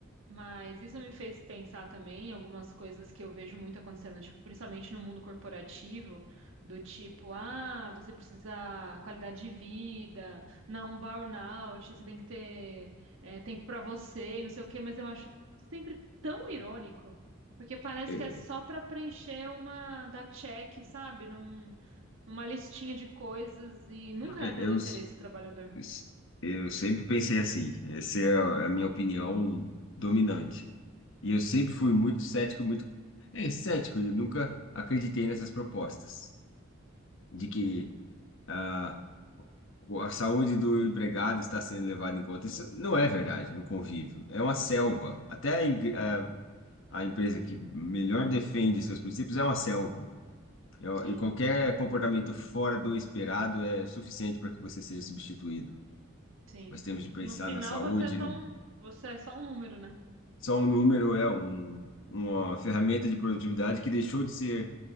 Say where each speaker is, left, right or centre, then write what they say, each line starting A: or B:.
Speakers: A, on the right; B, on the left.
A: Mas isso me fez pensar também em algumas coisas que eu vejo muito acontecendo, tipo, principalmente no mundo corporativo, do tipo, ah, você precisa qualidade de vida, não um burnout, você tem que ter eh, tempo para você, e não sei o quê, mas eu acho sempre tão irônico, porque parece
B: É,
A: que é só para preencher uma da check, sabe? Não uma listinha de coisas e nunca
B: é,
A: é pelo
B: eu,
A: interesse
B: s-
A: do trabalhador.
B: s- eu sempre pensei assim, essa é a a minha opinião dominante. E eu sempre fui muito cético, muito é, cético, e nunca acreditei nessas propostas de que ah, o- a saúde do empregado está sendo levada em conta. Isso não é verdade no convívio. É uma selva. Até a, ing- a- a empresa que melhor defende seus princípios é uma selva. E
A: Sim,
B: e qualquer comportamento fora do esperado é suficiente para que você seja substituído.
A: sim.
B: Nós temos de pensar
A: No final
B: na saúde.
A: você é só
B: no-
A: um, você é só um número, né?
B: Só um número é um- uma ferramenta de produtividade que deixou de ser